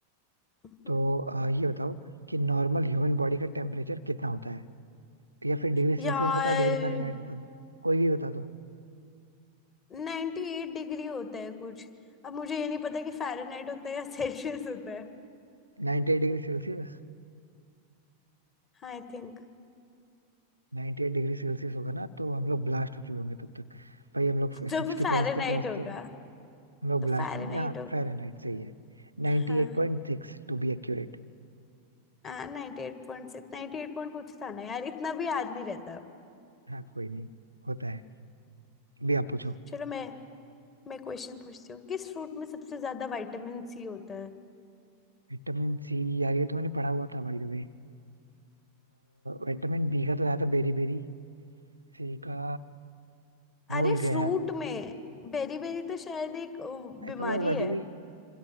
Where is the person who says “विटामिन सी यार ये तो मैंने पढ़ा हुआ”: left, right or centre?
Right